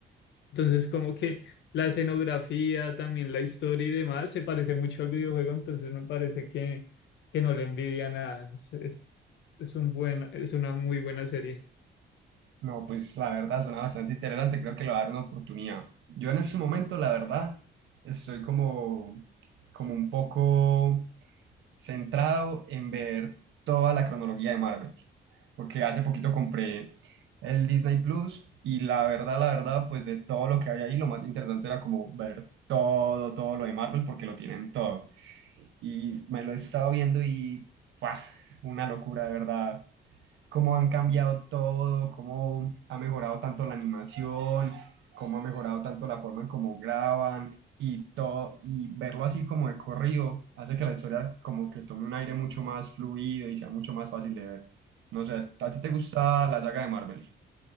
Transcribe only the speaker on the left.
Entonces, como que la escenografía, también la historia y demás, se parece mucho al videojuego, entonces me parece que, que no le envidia nada. Es, es, es un buen, es una muy buena serie.